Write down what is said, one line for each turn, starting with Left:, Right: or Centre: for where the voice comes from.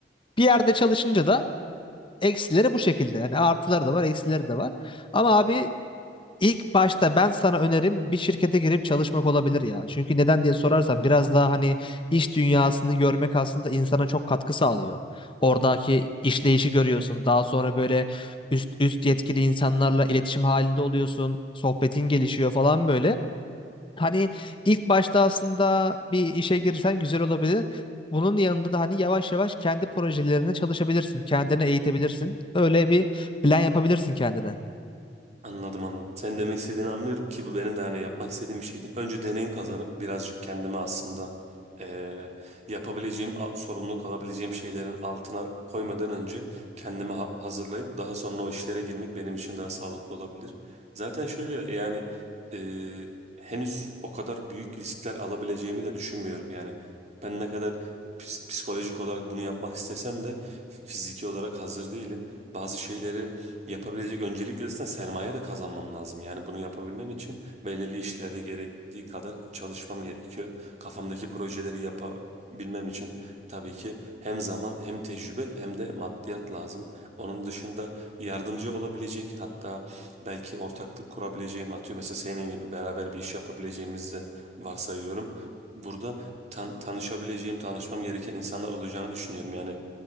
Left: bir yerde çalışınca da eksileri bu şekilde. Yani artıları da var, eksileri de var. Ama abi ilk başta ben sana önerim bir şirkete girip çalışmak olabilir ya. Çünkü neden diye sorarsan biraz daha hani iş dünyasını görmek aslında insana çok katkı sağlıyor. Oradaki işleyişi görüyorsun. Daha sonra böyle üst üst yetkili insanlarla iletişim halinde oluyorsun. Sohbetin gelişiyor falan böyle. Hani ilk başta aslında bir işe girsen güzel olabilir. Bunun yanında da hani yavaş yavaş kendi projelerine çalışabilirsin. Kendini eğitebilirsin. Öyle bir plan yapabilirsin kendine.
Right: Anladım anladım. Senin demek istediğini anlıyorum ki bu benim de hani yapmak istediğim bir şeydi. Önce deneyim kazanıp birazcık kendimi aslında eee, yapabileceğim, a- sorumluluk alabileceğim şeylerin altına koymadan önce kendimi ha- hazırlayıp daha sonra o işlere girmek benim için daha sağlıklı olabilir. Zaten şöyle yani eee, henüz o kadar büyük riskler alabileceğimi de düşünmüyorum. Yani ben ne kadar pis- psikolojik olarak bunu yapmak istesem de fi- fiziki olarak hazır değilim. Bazı şeyleri yapabilecek öncelikle zaten sermaye de kazanmam lazım. Yani bunu yapabilmem için belirli işlerde gerektiği kadar çalışmam gerekiyor. Kafamdaki projeleri yapabilmem için tabii ki hem zaman hem tecrübe hem de maddiyat lazım. Onun dışında yardımcı olabilecek hatta belki ortaklık kurabileceğim atıyor. Mesela senin gibi beraber bir iş yapabileceğimizi de varsayıyorum. Burada tan- tanışabileceğim, tanışmam gereken insanlar olacağını düşünüyorum. Yani